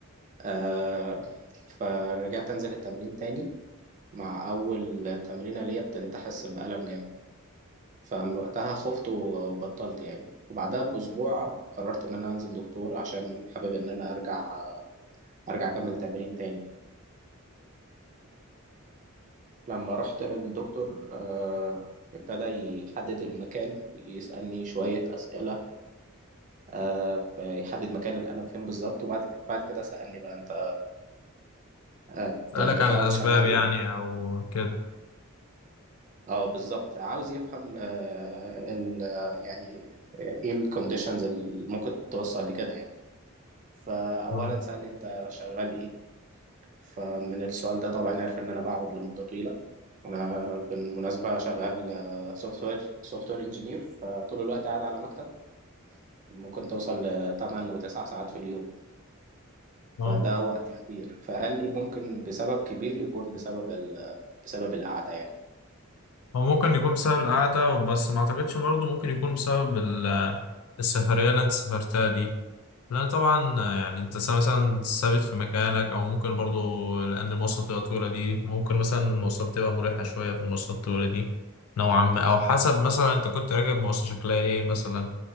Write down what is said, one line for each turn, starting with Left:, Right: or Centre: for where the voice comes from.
Right: آه فرجعت أنزل التمرين تاني مع أول تمرينة ليا ابتديت أحس بألم جامد فمن وقتها خفت وبطلت يعني وبعدها بأسبوع قررت إن أنا أنزل دكتور عشان حابب إن أنا أرجع أرجع أكمل تمرين تاني لما رحت للدكتور آه، ابتدى يحدد المكان يسألني شوية أسئلة آه، يحدد مكان الألم فين بالظبط وبعد ك- بعد كده سألني بقى أنت آه، ب-
Left: سألك
Right: بتقعد
Left: عن الاسباب
Right: شغال إيه؟
Left: يعني او كده
Right: أه بالظبط عاوز يفهم آه، ال آه، يعني آه، إيه الكونديشنز اللي ممكن توصل لكده يعني فأولا
Left: اه
Right: سألني أنت شغال إيه؟ فمن السؤال ده طبعا عرف إن أنا بقعد لمدة طويلة أنا بالمناسبة شغال سوفت وير سوفت وير إنجينير فطول الوقت قاعد على مكتب ممكن توصل لتمن وتسع ساعات في اليوم
Left: اه
Right: فده وقت كبير فقال لي ممكن بسبب كبير يكون بسبب ال... بسبب القعدة يعني
Left: هو ممكن يكون بسبب القعده بس ما اعتقدش برضه ممكن يكون بسبب ال- السفريه اللي انت سافرتها دي لا طبعا يعني انت س- مثلا ثابت في مكانك او ممكن برضو لان المواصلات بتبقى طويله دي ممكن مثلا المواصلات بتبقى مريحه شويه في المواصلات الطويله دي نوعا ما او حسب مثلا انت كنت راكب مواصله شكلها ايه مثلا